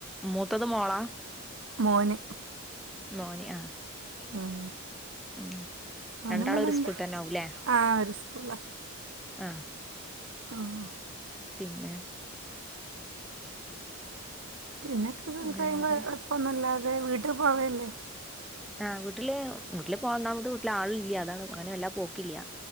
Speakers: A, in the centre; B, on the right.
A: മൂത്തത് മോളാ
B: മോന്
A: മോന് ആഹ്
B: ഉം
A: ഉം
B: <unintelligible>
A: രണ്ടാളും ഒരു സ്കൂൾ തന്നെ ആവൂല്ലേ
B: ആഹ് ഒര് സ്കൂളാ
A: ആഹ്
B: ആഹ്
A: പിന്നെ
B: പിന്നെ <unintelligible>
A: വേറെ
B: കൊയപ്പൊന്നുല്ലാതെ വീട്ടി പോവേല്ലേ
A: ആഹ് വീട്ടില് വീട്ടില് ഒന്നാമത് വീട്ടില് ആളും ഇല്ല അതാണ് <unintelligible> പോക്കില്ല